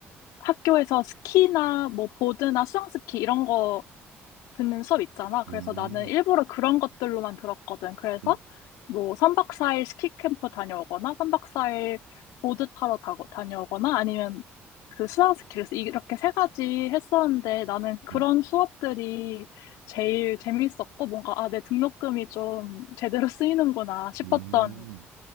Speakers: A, on the left (about 80°); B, on the right (about 85°).
A: 학교에서 스키나 뭐 보드나 수상스키 이런 거 듣는 수업 있잖아. 그래서
B: 음,
A: 나는 일부러 그런 것들로만 들었거든. 그래서
B: 음,
A: 뭐 삼박사일 스키 캠프 다녀오거나 삼박사일 보드 타러 다, 다녀오거나 아니면 그 수상 스키를 이렇게 세 가지 했었는데 나는 그런
B: 음,
A: 수업들이 제일 재밌었고 뭔가 아, 내 등록금이 좀 제대로 쓰이는구나 싶었던
B: 음.